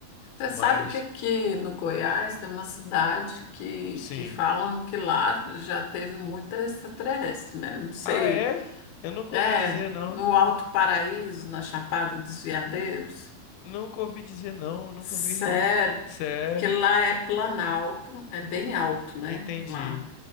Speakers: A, on the left; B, on the left.
A: Você
B: mas
A: sabe que aqui no Goiás tem uma cidade que,
B: sim.
A: que falam que lá já teve muita extraterrestre, né? Não sei.
B: Ah, é? Eu nunca
A: É,
B: ouvi dizer, não.
A: no Alto Paraíso, na Chapada dos Veadeiros.
B: Nunca ouvi dizer, não. Nunca
A: Sério,
B: ouvi. Sério?
A: porque lá é planalto, é bem alto, né?
B: Entendi.
A: Lá.